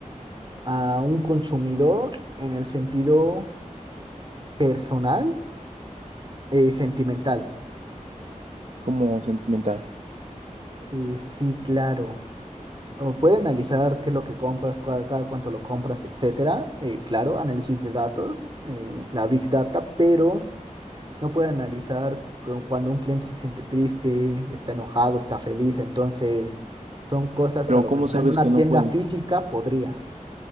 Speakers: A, on the right (about 35°); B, on the right (about 60°).
A: a un consumidor en el sentido personal, eh, sentimental.
B: como sentimental.
A: Eh, sí, claro. O puede analizar qué es lo que compras, cua- cada cuánto lo compras, etcétera. Eh, claro, análisis de datos, eh, la big data, pero no puede analizar cu- cuando un cliente se siente triste, está enojado, está feliz. Entonces, son cosas
B: Pero
A: que a lo
B: ¿cómo
A: mejor
B: sabes
A: en una
B: que no
A: tienda
B: puede?
A: física podría,